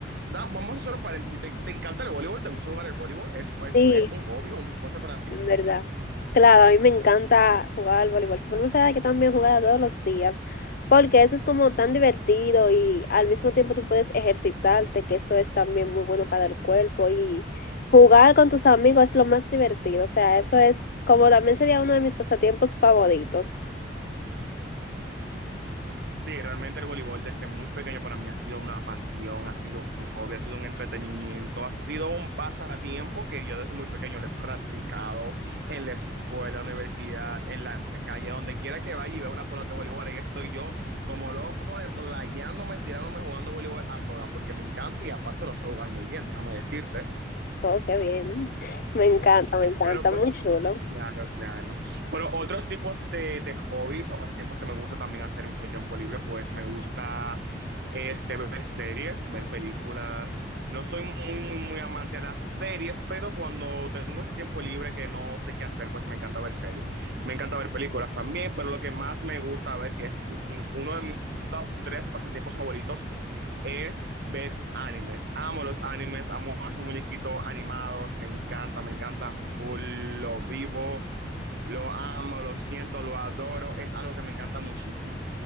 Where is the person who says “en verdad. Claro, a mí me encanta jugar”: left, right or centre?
Left